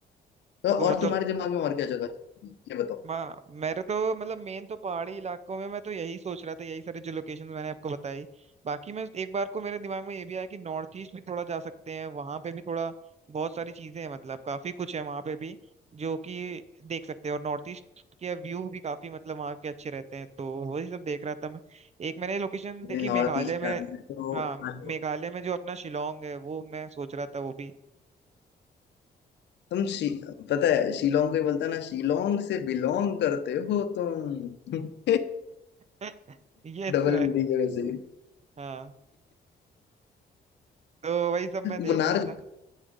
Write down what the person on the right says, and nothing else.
तो
मतलब
हाँ मेरे तो मतलब मेन तो पहाड़ी इलाकों में मैं तो यही सोच रहा था यही सारी जो लोकेशन मैंने आपको <laughs> बताई बाकी मैं एक बार को मेरे दिमाग में ये भी आया कि नॉर्थ ईस्ट भी थोड़ा जा सकते हैं वहां पे भी थोड़ा बहुत सारी चीजें हैं मतलब काफी कुछ है वहां पे भी जो कि देख सकते हैं और नॉर्थ ईस्ट के व्यू भी काफी मतलब वहाँ के अच्छे रहते हैं तो वही सब देख रहा था मैं एक मैंने लोकेशन देखी
मेघालय
में
हाँ मेघालय में जो अपना शिलोंग है वो मैं सोच रहा था वो भी
<laughs> ये तो
है
हाँ तो वही सब मैं देख
रहा था